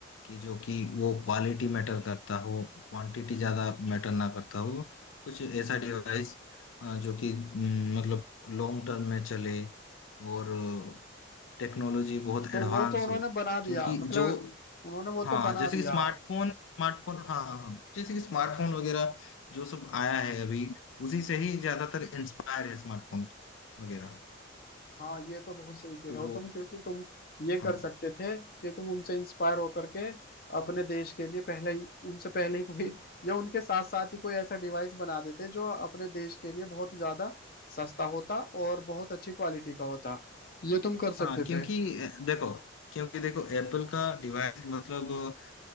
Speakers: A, on the left (about 75°); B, on the left (about 45°).
A: कि जो कि वो क्वालिटी मैटर करता हो क्वांटिटी ज्यादा मैटर ना करता हो कुछ ऐसा डिवाइस जो कि हम्म, मतलब लॉन्ग टर्म में चले और टेक्नोलॉजी बहुत
B: तो
A: एडवांस
B: वो तो उन्होंने
A: हो
B: बना दिया
A: क्योंकि
B: मतलब
A: जो
B: उन्होंने वो
A: हाँ
B: तो बना
A: जैसे
B: दिया
A: कि स्मार्टफोन स्मार्टफोन हाँ हाँ जैसे कि स्मार्टफोन वगैरह जो सब आया है अभी उसी से ही ज्यादातर इंस्पायर है स्मार्टफोन वगैरह
B: हाँ ये तो बहुत सही कह
A: तो
B: रहे हो तुम क्योंकि तुम ये
A: हाँ
B: कर सकते थे कि तुम उनसे इंस्पायर होकर के अपने देश के लिए पहले ही उनसे पहले ही कोई <laughs> या उनके साथ साथ ही कोई ऐसा डिवाइस बना देते जो अपने देश के लिए बहुत ज्यादा सस्ता होता और बहुत अच्छी क्वालिटी का होता ये तुम कर सकते
A: हाँ क्योंकि
B: थे
A: अ, देखो क्योंकि देखो एप्पल का डिवाइस मतलब